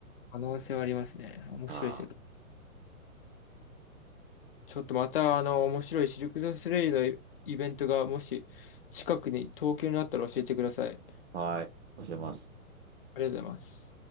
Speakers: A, on the left; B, on the right.
A: 可能性はありますね。面白い世界。
B: あ
A: ちょっとまた、あの、面白いシルク・ドゥスレイユのイイベントが、もし、近くに、東京になったら教えてください。
B: あ、はい。教えます。
A: ありがとうございます。